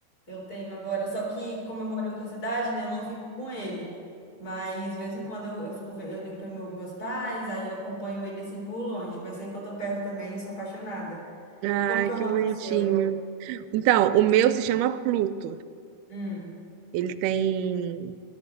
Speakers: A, on the left (about 25°); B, on the right (about 80°).
A: eu tenho agora. Só que, como eu moro em outra cidade, né, eu não fico com ele. Mas, de vez em quando, eu, eu, fico, ve- eu ligo para meus pais, aí eu acompanho ele assim por longe. Mas sempre que eu tô perto também, eu sou apaixonada.
B: Ai,
A: Como que é o
B: que
A: nome
B: bonitinho.
A: do seu?
B: Então, o meu se chama Pluto.
A: Hum.
B: Ele tem.